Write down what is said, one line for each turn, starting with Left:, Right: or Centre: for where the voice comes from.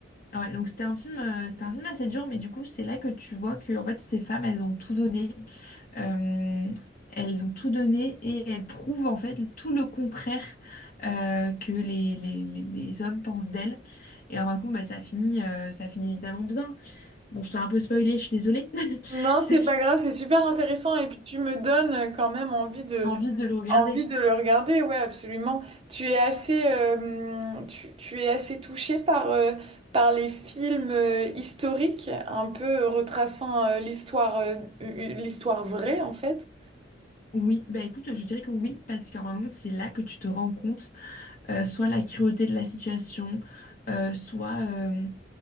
Left: Ouais, donc c'était un film, euh, c'était un film assez dur, mais du coup, c'est là que tu vois que en fait, ces femmes, elles ont tout donné. Euh, elles ont tout donné et elles prouvent en fait tout le contraire euh, que les, les, les- les hommes pensent d'elles. Et en fin de compte, bah, ça finit, euh, ça finit évidemment bien. Bon, je t'ai un peu spoilé, je suis désolée. <laughs>
Right: Non,
Left: Ça
Right: c'est
Left: fait
Right: pas grave, c'est super intéressant et puis tu me donnes euh, quand même envie de
Left: envie de le regarder.
Right: envie de le regarder, ouais, absolument. Tu es assez euh, hum, tu, tu es assez touché par euh, par les films euh, historiques, un peu retraçant euh, l'histoire euh, u- l'histoire vraie en fait.
Left: Oui, bah écoute, je dirais que oui, parce qu'en fin de compte, c'est là que tu te rends compte, euh, soit la cruauté de la situation, euh, soit. euh,